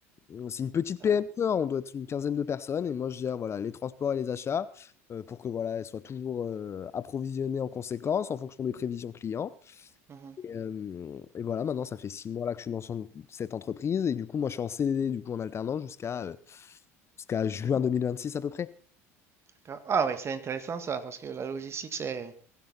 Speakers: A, on the left; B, on the right.
A: Euh, C'est une petite
B: Ouais.
A: PME, hein, on doit être une quinzaine de personnes. Et moi, je gère voilà, les transports et les achats euh, pour que voilà, elles soient toujours euh, approvisionnées en conséquence en fonction des prévisions clients.
B: Mhm.
A: Et, euh, et voilà, maintenant, ça fait six mois là que je suis dans son- cette entreprise. Et du coup, moi, je suis en CDD, du coup, en alternance jusqu'à euh, jusqu'à juin deux mille vingt-six à peu près.
B: D'accord. Ah oui, c'est intéressant ça, parce que la logistique, c'est,